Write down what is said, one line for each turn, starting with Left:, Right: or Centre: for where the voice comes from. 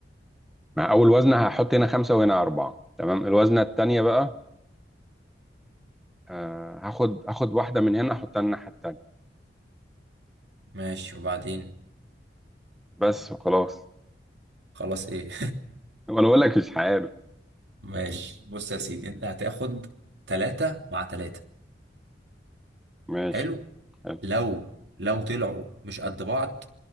Centre: مع اول وزنه هحط هنا خمسه وهنا اربعه تمام الوزنه التانيه بقى آه هاخد هاخد واحده من هنا احطها الناحيه التانيه
Right: ماشي وبعدين
Centre: بس وخلاص
Right: خلاص ايه
Centre: وانا بقول لك مش عارف
Right: <laughs> ماشي بص يا سيدي انت هتاخد تلاتة مع تلاتة
Centre: ماشي
Right: حلو
Centre: حلو
Right: لو لو طلعوا مش قد بعض